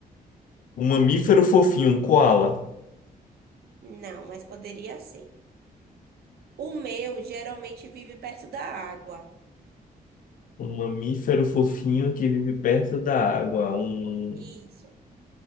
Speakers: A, on the left; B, on the right.
A: Um mamífero fofinho, um koala.
B: Não, mas poderia ser. O meu geralmente vive perto da água.
A: Um mamífero fofinho que vive perto da água. Um,
B: Isso.